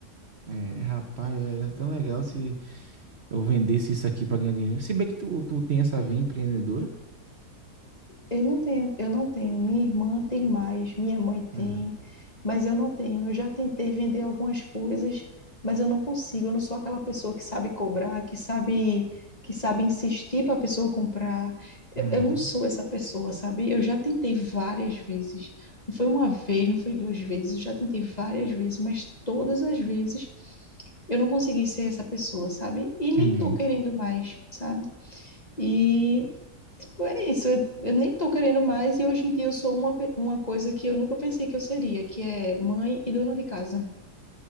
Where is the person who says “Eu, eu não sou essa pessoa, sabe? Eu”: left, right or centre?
Left